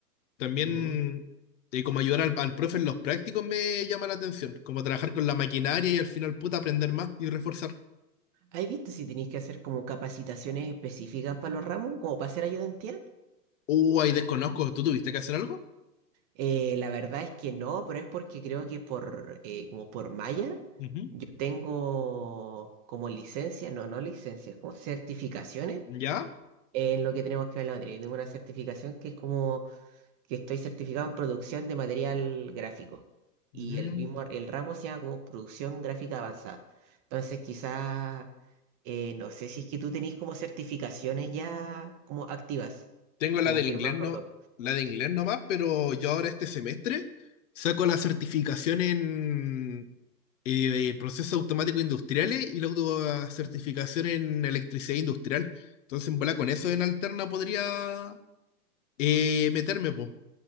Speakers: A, on the left; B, on the right.
A: También
B: Mm.
A: eh, como ayudar al, al profe en los prácticos me llama la atención, como trabajar con la maquinaria y al final puta aprender más y reforzar.
B: ¿Has visto si tenéis que hacer como capacitaciones específicas para los ramos, como para hacer ayudantía?
A: Uh, ahí desconozco, ¿tú tuviste que hacer algo?
B: Eh, la verdad es que no, pero es porque creo que por eh, como por malla
A: Ujú.
B: yo tengo como licencia, no, no licencias, como certificaciones
A: ¿Ya?
B: en lo que tenemos que ver la materia. Yo tengo una certificación que es como que estoy certificado en producción de material gráfico. Y
A: Mm.
B: el mismo, el ramo se llama como producción gráfica avanzada. Entonces, quizás, eh, no sé si es que tú tenés como certificaciones ya como activas,
A: Tengo la
B: como
A: del
B: firmadas
A: inglés no,
B: por dos.
A: la de inglés nomás, pero yo ahora este semestre saco la certificación en eh, eh, procesos automáticos industriales y la autocertificación en electricidad industrial. Entonces, en bola, con eso en alterna podría eh, meterme, po.